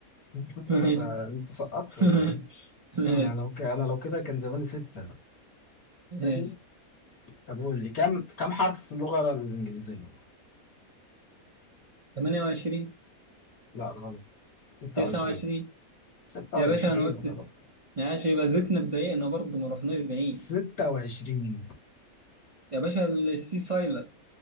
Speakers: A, on the left; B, on the right.
A: <laughs>
B: ماشي
A: انت انت سقطت ولا
B: <laughs>
A: ايه؟
B: ماشي
A: انا لو ك... انا لو كده كان زماني ستة
B: ماشي
A: ماشي طب قول لي كم كم حرف في اللغة الإنجليزية؟
B: 28
A: لا غلط 26
B: 29
A: 26
B: يا باشا انا قلت
A: خلاص
B: ماشي يبقى زدنا بدقيقة برضه ما رحناش بعيد
A: 26
B: يا باشا السي سايلر